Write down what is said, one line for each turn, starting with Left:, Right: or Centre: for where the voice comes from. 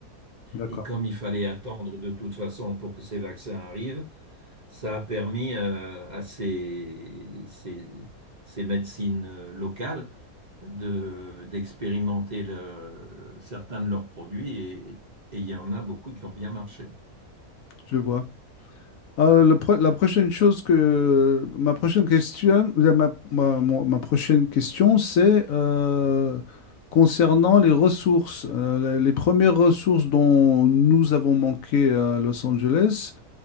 Left: D'accord.
Right: Et comme il fallait attendre de toute façon pour que ces vaccins arrivent, ça a permis euh, à ces, ces, ces médecines euh, locales de, d'expérimenter le- certains de leurs produits et, et il y en a beaucoup qui ont bien marché.
Left: Je vois. Euh, le pro- la prochaine chose que ma prochaine question, ou la- ma, ma- mon- ma prochaine question, c'est euh, concernant les ressources, euh, la- les, premières ressources dont nous avons manqué à Los Angeles.